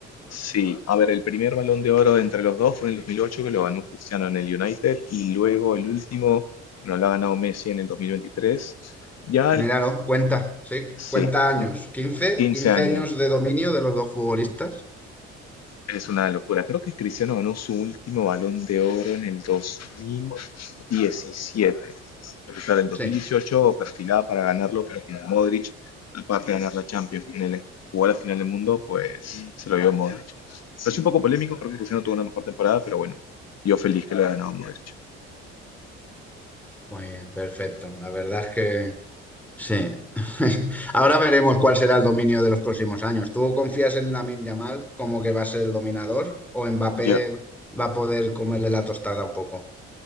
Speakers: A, on the left; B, in the centre.
A: Sí, a ver, el primer balón de oro entre los dos fue en el 2008, que lo ganó Cristiano en el United, y luego el último, bueno, lo ha ganado Messi en el 2023. Ya,
B: Míralo,
A: eh,
B: cuenta, sí,
A: sí,
B: cuenta años. quince,
A: 15
B: quince
A: años,
B: años de dominio de los dos futbolistas.
A: Es una locura. Creo que Cristiano ganó su último Balón de Oro en el 2017. Porque claro, en 2018
B: Sí,
A: perfilaba para ganarlo, pero con Modric, aparte de ganar la Champions, con él jugó la final del mundo, pues se lo dio Modric. Pero es un poco polémico, creo que Cristiano tuvo una mejor temporada, pero bueno, yo feliz que lo haya ganado Modric.
B: muy bien, perfecto. La verdad es que Sí. <laughs> Ahora veremos cuál será el dominio de los próximos años. ¿Tú confías en Lamine Yamal como que va a ser el dominador o Mbappé
A: Yo,
B: va a poder comerle la tostada un poco?